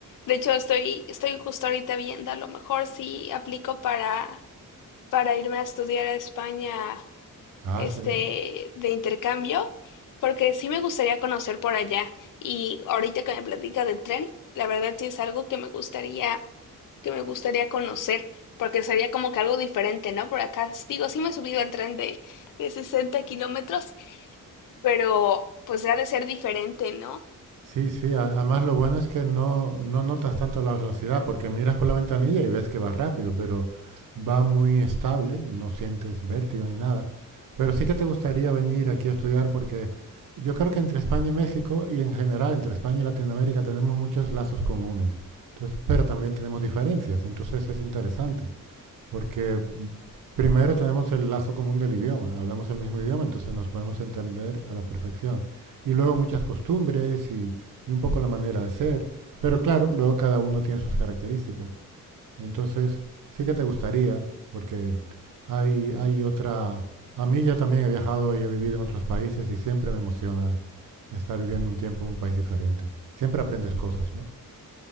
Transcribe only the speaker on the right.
Ah,
se-
Sí, sí, a- además lo bueno es que no, no notas tanto la velocidad, porque miras por la ventanilla y ves que va rápido, pero va muy estable, no sientes vértigo ni nada. Pero sí que te gustaría venir aquí a estudiar porque yo creo que entre España y México y en general entre España y Latinoamérica tenemos muchos lazos comunes, entonces, pero también tenemos diferencias, entonces es interesante. Porque primero tenemos el lazo común del idioma, hablamos el mismo idioma, entonces nos podemos entender a la perfección. Y luego muchas costumbres y, y un poco la manera de ser, pero claro, luego cada uno tiene sus características. Y entonces sí que te gustaría, porque hay, hay otra... A mí ya también he viajado y he vivido en otros países y siempre me emociona estar viviendo un tiempo en un país diferente. Siempre aprendes cosas, ¿no?